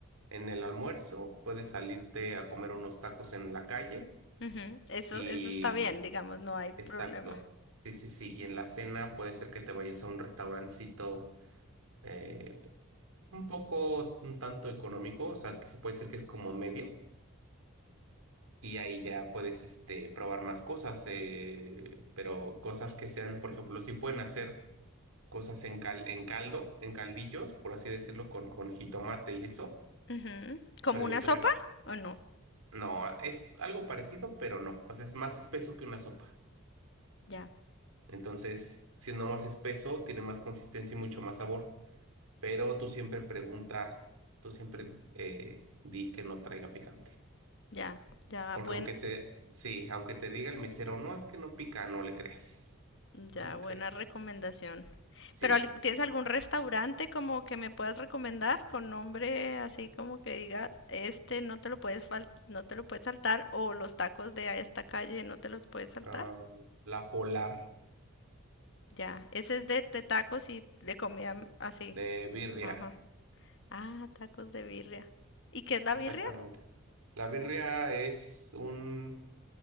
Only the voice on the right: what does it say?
en el almuerzo, puedes salirte a comer unos tacos en la calle
y
exacto, sí, sí, sí, y en la cena puede ser que te vayas a un restaurancito eh, un poco, un tanto económico, o sea, que se puede decir que es como medio, y ahí ya puedes, este, probar más cosas, eh, pero cosas que sean, por ejemplo, si pueden hacer cosas en cal- en caldo, en caldillos, por así decirlo, con, con jitomate y eso,
pero
yo te...
re-
No, es algo parecido, pero no, o sea, es más espeso que una sopa.
Entonces, siendo más espeso, tiene más consistencia y mucho más sabor, pero tú siempre pregunta, tú siempre eh, di que no traiga picante.
Porque
aunque te, sí, aunque te diga el mesero, no, es que no pica, no le creas.
No le
creas.
Sí.
Ah, la polar
de birria.
Exactamente.
La birria es un